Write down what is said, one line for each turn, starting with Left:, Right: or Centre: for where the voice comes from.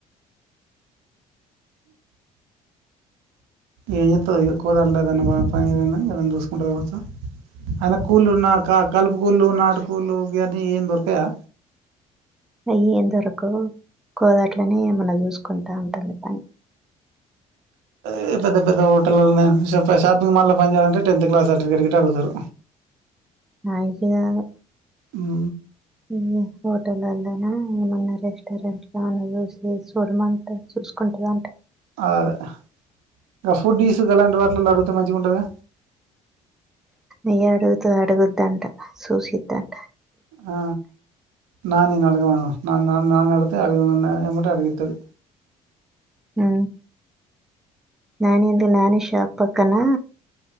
Right: ఏం జెత్తవ్ ఏదో కుదరలేదని పని ఏదన్న చూసుకుంటది కావచ్చు అయిన కూలు ఉన్నాక కలుపు కూలు నా కూ కులు అని ఏం దొరకయా
Centre: అయ్యేంత వరకు కోదాట్లనే ఏమన్న చూసుకుంటా ఉంటది పని
Right: ఏదో పెద్ద పెద్ద హటళ్లనే షా పోయి షాపింగ్ మాల్లో పని చేయాలంటే టెన్త్ క్లాస్ సర్టిఫికెట్ గిట్ట అడుగుతరు
Centre: నాయికి గాదు
Right: హు
Centre: ఈ హోటలల్లనా ఏమన్నా రెస్టారెంట్ లో అన్నా చూసి సూడమంట చూసుకుంటదంట
Right: ఆ అదే ఆ ఫుడ్డిస్ గలాంటి వాటిలల్ల అడిగితే మంచిగ ఉంటుదిగా
Centre: అయ్యే అడుగుత అడుగుద్దంట సూసిద్దంట
Right: ఆ నానినడగమను నడగ అడుగమను ఎమ్మటే అడిగది
Centre: ఆ నను ఎందు నన్ షాప్ పకనా